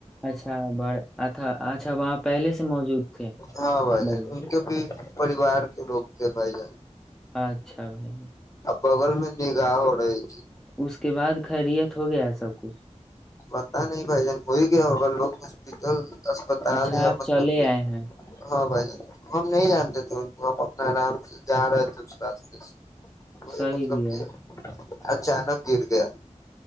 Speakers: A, in the centre; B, on the left.
A: اچھا بڑ اچھا اچھا وہاں پہلے سے موجود تھے
B: ہاں بائی
A: بڑے
B: ان کے پھر پریوار کے لوگ تھے بھائی جان
A: اچھا بھائی
B: بگل میں نگا ا رہای کی
A: اس کے بعد خیریت ہو گیا سب کچھ
B: پتا نہیں بھائی جان ہو ہی گیا ہوگا لوگ ہاسپٹل اسپتال
A: اچھا
B: یا
A: آپ
B: مطلب
A: چلے آئے ہیں
B: ہاں بھائی جان ہم نہیں جانتے تھے ان کو ہم اپنا آرام سے جا رہے تھے اس راستے سے وہی
A: صحیح
B: مطلب
A: بھی ہے
B: کیا ہے اچانک گر گیا